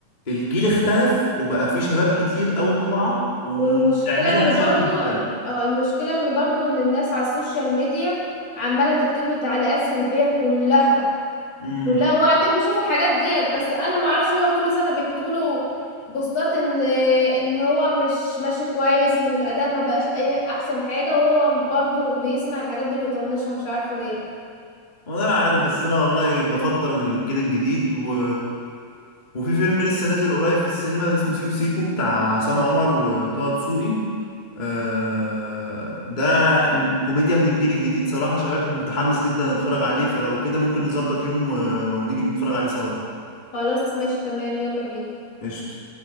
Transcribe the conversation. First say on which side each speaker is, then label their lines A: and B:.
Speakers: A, on the left; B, on the left.
A: الجيل اختلف وبقى فيه شباب كتير قوي طالعة وتعملها
B: والمشكلة ان
A: بشكل
B: برضو اه المشكلة ان برضو ان الناس على السوشيال ميديا عمالة تكتب له تعليقات سلبية كلها
A: مختلف
B: كلها وهو اكيد بيشوف الحاجات ديت بس انا معرفش هو كل سنة بيكتبوا له بوستات ان ان هو مش ماشي كويس ان الاداء ما بقاش اي احسن حاجة وهو برضو بيسمع الحاجات دي ويطنشها مش عارفة ليه
A: والله ما عارف بس انا والله بفضل الجيل الجديد و... وفي فيلم لسه نازل قريب في السينما اسمه سيكو سيكو بتاع عصام عمر وطه دسوقي آه، ده من كوميديا من الجيل الجديد صراحة شباب متحمس جدا اتفرج عليه فلو كده ممكن نظبط يوم و... ونيجي نتفرج عليه سوا
B: خلاص ماشي تمام يلا بينا
A: قشطة